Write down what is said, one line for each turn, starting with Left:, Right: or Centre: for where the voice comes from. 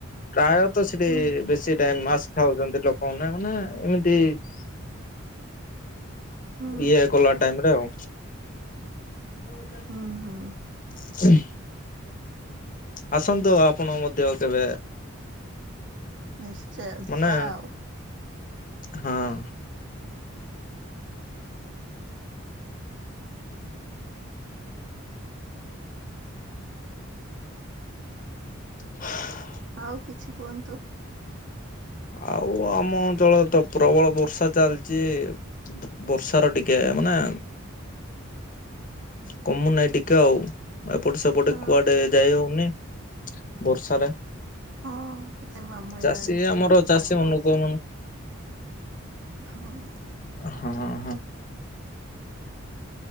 Left: ପ୍ରାୟତଃ ସେଠି
Right: ହୁଁ
Left: ବେଶୀ ସେଇ ଟାଇମ୍ ମାସି ଖାଉଛନ୍ତି ଲୋକମାନେ ମାନେ ଏମିତି
Right: ହୁଁ
Left: ଇଏ କଲା ଟାଇମ ରେ ଆଉ। <unintelligible>
Right: ହୁଁ ହୁଁ
Left: ଆସନ୍ତୁ ଆପଣ ମଧ୍ୟ କେବେ?
Right: ନିଶ୍ଚୟ
Left: ମାନେ
Right: ଯିବା ଆଉ।
Left: ହଁ। <unintelligible>
Right: ଆଉ କିଛି କୁହନ୍ତୁ?
Left: ଆଉ ଆମ ଅଞ୍ଚଳରେ ତ ପ୍ରବଳ ବର୍ଷା ଚାଲିଛି। ବ ବର୍ଷାର ଟିକେ ମାନେ କମୁନାହିଁ ଟିକେ ଆଉ ଏପଟେ ସେପଟେ
Right: ହଁ
Left: କୁଆଡେ ଯାଇ ହଉନି ବର୍ଷାରେ।
Right: ହଁ ଆମ
Left: ଚାଷୀ
Right: ଆଡେ ସେମିତି
Left: ଆମର
Right: ଚାଲିଚି
Left: ଚାଷୀ ମାନଙ୍କୁ
Right: ବର୍ଷା
Left: ହଁ
Right: ଖାଲି। ହଁ।
Left: ହଁ ହଁ।